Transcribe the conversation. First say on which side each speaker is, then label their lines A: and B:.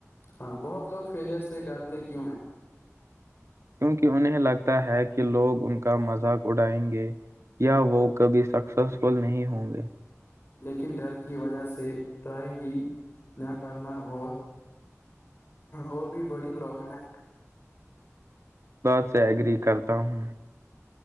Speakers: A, on the left; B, on the right.
A: ہاں بہت لوگ فیلیئر سے ڈرتے کیوں ہیں
B: کیونکہ انہیں لگتا ہے کہ لوگ ان کا مذاق اڑائیں گے یا وہ کبھی سکسیسفل نہیں ہوں گے
A: لیکن ڈر کی وجہ سے ٹرائی ہی نہ کرنا اور اور بھی بڑی پرابلم ہے
B: بات سے ایگری کرتا ہوں